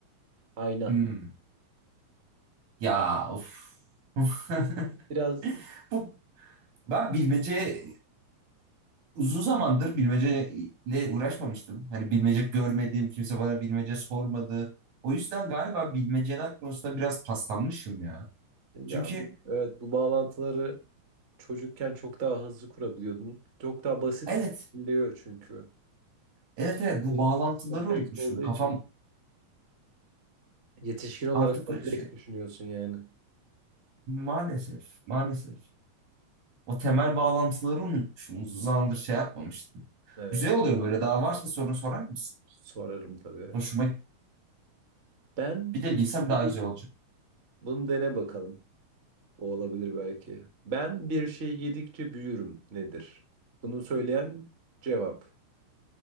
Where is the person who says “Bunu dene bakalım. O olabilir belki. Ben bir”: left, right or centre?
Right